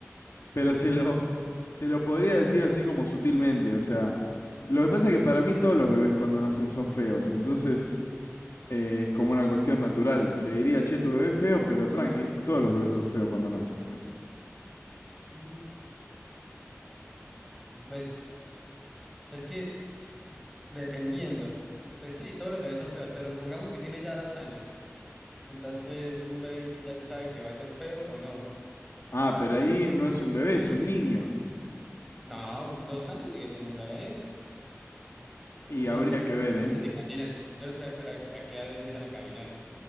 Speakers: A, on the left (about 60°); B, in the centre.
A: Pero se lo, <laughs> se lo podría decir así como sutilmente, o sea, lo que pasa es que para mí todos los bebés cuando nacen son feos, entonces eh, es como una cuestión natural. Le diría, che, tu bebé es feo, pero tranqui, es- todos los bebés son feos cuando nacen.
B: Mm, Pues es que dependiendo, pues sí, todos los bebés son feos, pero supongamos que tiene ya dos años, entonces es un bebé que ya se sabe que va a ser feo o no.
A: Ah, pero ahí no es un bebé, es un niño.
B: No, dos años sigue siendo un bebé.
A: Y
B: No,
A: habría
B: ni siquiera,
A: que ver, ¿eh?
B: no sé si caminan, yo no sé a, cu- a- a qué edad empiezan a caminar,